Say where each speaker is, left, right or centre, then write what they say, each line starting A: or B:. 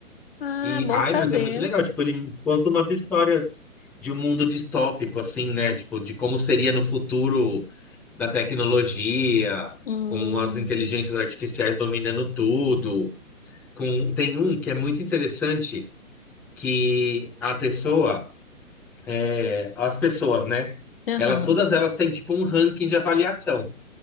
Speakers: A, on the left; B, in the centre.
A: Ah,
B: E,
A: bom
B: ai,
A: saber.
B: mas é muito legal. Tipo, ele conta umas histórias de um mundo distópico, assim, né? Tipo, de como seria no futuro da tecnologia,
A: Hum.
B: com as inteligências artificiais dominando tudo. Com... Tem um que é muito interessante, que a pessoa, é, as pessoas, né?
A: Aham.
B: Elas, todas elas têm, tipo, um ranking de avaliação,